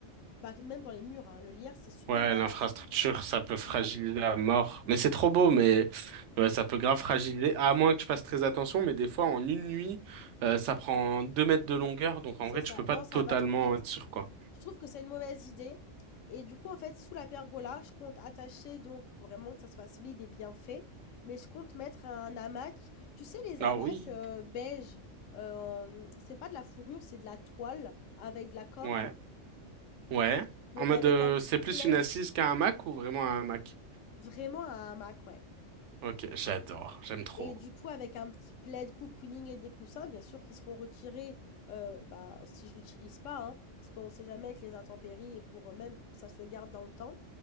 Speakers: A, on the left; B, on the right.
A: Bah, même dans les murs, hein, le lierre, c'est super
B: Ouais,
A: invasif.
B: l'infrastructure, ça peut fragiliser
A: Ouais,
B: à mort. Mais c'est trop beau, mais ouais, ça peut grave fragiliser, à moins que tu fasses très attention. Mais des fois, en une nuit, euh, ça prend deux mètres de longueur. Donc, en
A: c'est
B: vrai,
A: ça.
B: tu peux pas
A: Non,
B: totalement
A: ça va trop vite.
B: être sûr, quoi.
A: Je trouve que c'est une mauvaise idée. Et du coup, en fait, sous la pergola, je compte attacher, donc, il faut vraiment que ça soit solide et bien fait. Mais je compte mettre un hamac. Tu sais, les
B: Ah
A: hamacs
B: oui.
A: euh, beige, euh, c'est pas de la fourrure, c'est de la toile avec de la corde.
B: Ouais. Ouais.
A: Donc,
B: En mode,
A: avec
B: euh,
A: un petit
B: c'est plus
A: plaid,
B: une assise qu'un hamac ou vraiment un hamac?
A: vraiment un hamac, ouais.
B: Ok, j'adore. J'aime trop.
A: Et du coup, avec un petit plaid, cocooning et des coussins, bien sûr, qui seront retirés euh, bah, si je l'utilise pas, hein, parce qu'on ne sait jamais avec les intempéries et pour eux même pour que ça se garde dans le temps.